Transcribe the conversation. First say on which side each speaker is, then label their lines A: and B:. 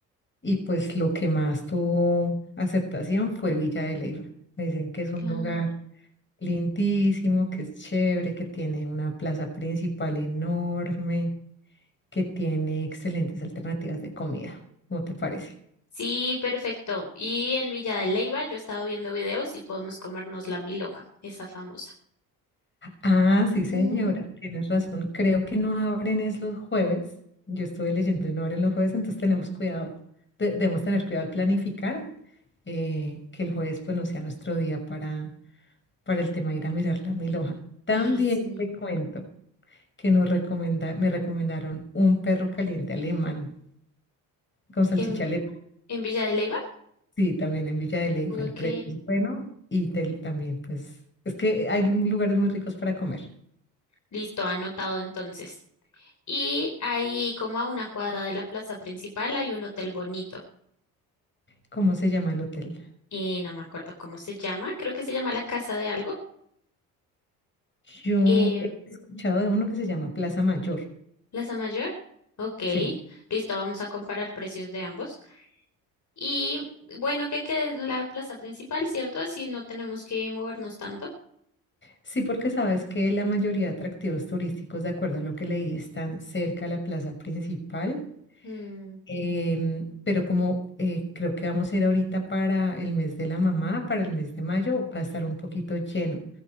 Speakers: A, on the left; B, on the left.
A: y pues lo que más tuvo aceptación fue Villa de Leyva. Me dicen que es un
B: claro.
A: lugar lindísimo, que es chévere, que tiene una plaza principal enorme, que tiene excelentes alternativas de comida. ¿Cómo te parece?
B: Sí, perfecto. Y en Villa de Leyva yo he estado viendo videos y podemos comernos la milhoja, esa famosa.
A: Ah, sí, señora,
B: Mm,
A: tienes razón. Creo que no abren es los jueves. Yo estuve leyendo y no abren los jueves, entonces tenemos cuidado. de- debemos tener cuidado al planificar eh, que el jueves pues no sea nuestro día para, para el tema de ir a mirar la mil hojas. También
B: Ay, sí.
A: te cuento que nos recomenda, me recomendaron un perro caliente alemán con salchicha
B: ¿En,
A: alemana.
B: en Villa de Leyva?
A: Sí, también en Villa de Leyva.
B: Ok,
A: El precio es bueno y te- también pues es que hay lugares muy ricos para comer.
B: listo, anotado entonces. Y ahí, como a una cuadra de la plaza principal, hay un hotel bonito.
A: ¿Cómo se llama el hotel?
B: Eh, no me acuerdo cómo se llama. Creo que se llama la Casa de algo.
A: Yo
B: Eh,
A: he escuchado de uno que se llama Plaza Mayor.
B: Plaza Mayor. Ok,
A: Sí.
B: listo, vamos a comparar precios de ambos. Y bueno, que quede en la plaza principal, ¿cierto? Así no tenemos que movernos tanto.
A: Sí, porque sabes que la mayoría de atractivos turísticos, de acuerdo a lo que leí, están cerca de la plaza principal.
B: Mm,
A: Em, pero como eh, creo que vamos a ir ahorita para el mes de la mamá, para el mes de mayo, va a estar un poquito lleno.